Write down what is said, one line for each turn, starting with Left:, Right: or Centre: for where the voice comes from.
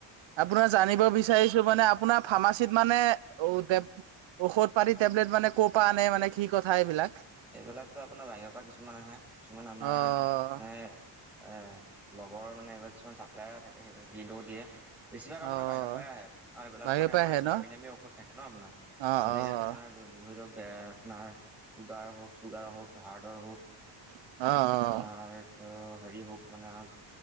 Right: আপোনাৰ জানিব বিচাৰিছে। যিটো মানে আপোনাৰ ফাৰ্মাচীত মানে ঔষধ পাতি, টেবলেট মানে ক'ৰ পৰা আনে মানে কি কথা এইবিলাক।
Centre: সেইবিলাকতো আপোনাৰ বাহিৰৰ পৰা কিছুমান আহে কিছুমান আমাৰ
Right: অ',
Centre: মানে এ লগৰ মানে এইবাৰ কিছুমান চাপ্লায়াৰ থাকে, সেই হিদো দিয়ে। বেছিভাগ
Right: অ',
Centre: আপোনাৰ বাহিৰৰ পৰাই আহে আৰু এইবিলাক
Right: বাহিৰৰ
Centre: মানে
Right: পৰা
Centre: আপোনাৰ
Right: আহে
Centre: দামী
Right: ন?
Centre: দামী ঔষধ থাকে ন' আপোনাৰ
Right: অ',
Centre: যেনেকৈ
Right: অ',
Centre: আপোনাৰ ধৰি লওক আপোনাৰ চুগাৰ হওক চুগাৰ হওক হাৰ্ডৰ হওক।
Right: অ',
Centre: আপোনাৰ
Right: -অ'।
Centre: হেৰি হওক মানে